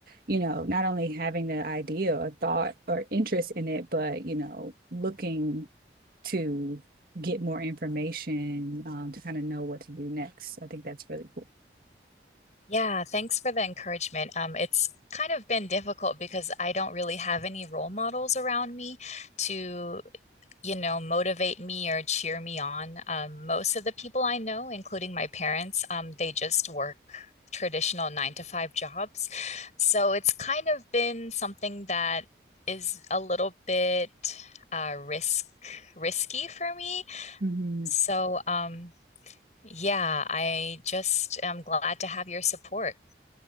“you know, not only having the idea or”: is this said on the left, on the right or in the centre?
Right